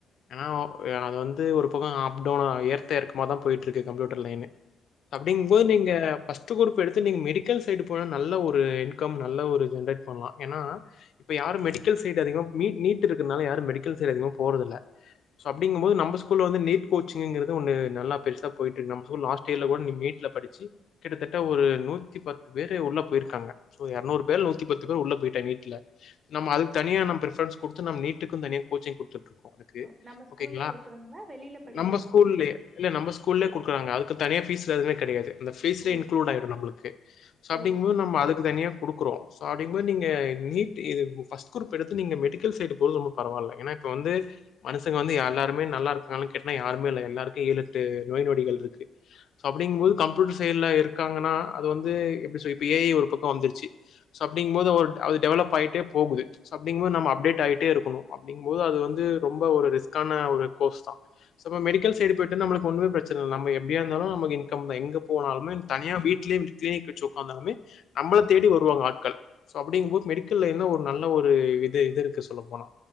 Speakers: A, on the left; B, on the right.
A: ஏனா ஒ அது வந்து ஒரு பக்கொ அப் டவுனா ஏத்த ஏறக்கமா தா போயிட்டு இருக்கு கம்ப்யூட்டர் லைனு அப்டிங்
B: அதான்.
A: போது நீங்க பஸ்ட் குரூப் எடுத்து நீங்க மெடிக் கல் சைடு போனா நல்ல ஒரு இன்கம் நல்ல ஒரு ஜென்ரேட் பண்ணலாம் ஏன்னா இப்ப யாரும் மெடிக்கல் சைடு அதிகம் நீ நீட்டு இருக்றனால யாரும் மெடிக்கல் சைட் அதிகமா போறதுல்ல சோ அப்டி இங்கும் போது நம்ம ஸ்கூல் வந்து நீட்டு கோச்சிங்குறது ஒன்னு நல்லா போய் நல்லா போயிட்டு இருக்கு நம்ம ஸ்கூல் லாஸ்ட் இயர்ல கூட நீ நீீட்ல படிச்சு கிட்டத்தட்ட ஒரு நூத்தி பத்து பேரு உள்ள போயிருக்காங்க இப்ப இருநூறு பேர் நூத்தி பத்து பேர் உள்ள போயிட்டான் நீட்ல நம்ம அதுக்கு தனியா நம்ம பிரிஃப்ரஸ் கொடுத்து நம்ம நீட்டுக்கும் தனியா கோச்சிங் கொடுத்துட்டு அதுக்கு
B: ஓ, நம்ம ஸ்கூல்லயே
A: ஓகேங்களா
B: குடுக்குறோங்களா? வெளில படிக்கணும்.
A: நம்ம ஸ்கூல்லே இல்ல நம்ம ஸ்கூல்ல கொடுக்குறங்க அதுக்கு தனியா ஃபீஸ் சார்ஜ் எல்லாம் கிடையாது அந்த ஃபீஸ்ல
B: ஓ!
A: இன்க்ளூட் ஆயிடும் நம்மளுகோ அப்படிங்கும்
B: ஓ! சரி.
A: போது நம்ம அதுக்கு தனியா கொடுக்குறோம் சோ அப்டிங்கபோது நீங்க நீட் இது ஃபர்ஸ்ட் குரூப் எடுத்து நீங்க மெடிக்கல் சைடு போறது ரொம்ப பரவாயில்ல ஏன்னா இப்ப வந்து மனசுங்க வந்து எல்லாருமே நல்லா இருக்காங்க கேட்னா யாருமே இல்ல எல்லாருக்கும் ஏமு எட்டு நோய் நொடிகள் இருக்கு சோ அப்டிங்கு போது கம்ப்யூட்டர் செயல்ல இருக்காங்கன்னா அது வந்து எப்படி இப்ப ஏ ஐ ஒரு பக்கம் வந்துருச்சு சோ அப்படிங்கு போது ஒரு அது டெவலப் ஆயிட்டே போகுது அப்படி இருக்கும்போது நம்ம அப்டேட் ஆகிட்டே இருக்கணும் அப்படிங்கும் போது அது வந்து ரொம்ப ஒரு ரிஸ்கான ஒரு கோர்ஸ் தான் சப்ப மெடிக்கல் சைடு போயிட்டு நம்மளுக்கு ஒன்னும் பிர சேரி எப்டியா இருந்தாலும் நமக்கு இன்கம் தான் எங்க போனாலுமே தனியா வீட்லயே கிளினிக் வச்சோ வந்தாலுமே நம்மள தேடி வருவாங்க ஆட்கள் சோ அப்படிங்கும்போது மெடிக்கல்ல என்ன ஒரு நல்ல ஒரு இது இது இருக்கு சொல்ல போன